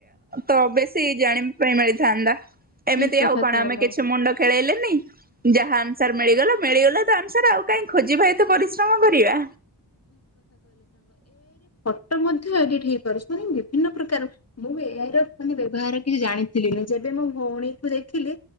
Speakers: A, on the right (about 20°); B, on the left (about 35°).
A: ତବେସି ଜାଣିବା ପାଇଁ ମିଳିଥାନ୍ତା। ଏମିତି
B: ଠିକ କଥା
A: ଆଉ କଣ
B: କହିଲ।
A: ଆମେ କିଛି ମୁଣ୍ଡ ଖେଳେଇଲେନି ଯାହା ସାର୍ ମିଳିଗଲ ମିଳିଗଲା ତା ଅନୁସାର୍ ଆଉ କାଇହିଁ ଖୋଜିବା ଏତୁ ପରିଶ୍ରମ କରିବା।
B: ଫଟ ମଧ୍ୟ ଏଡିଟ ହେଇପାରୁଛି ମାନ ବିଭିନ୍ନ ପ୍ରକାର ମୁଁ ଏ ମାନେ ବ୍ୟବହାର କିଛି ଜାଣିଥିଲି ଯେବେ ମୋ ଭଉଣୀକୁୁ ଦେଖିଲି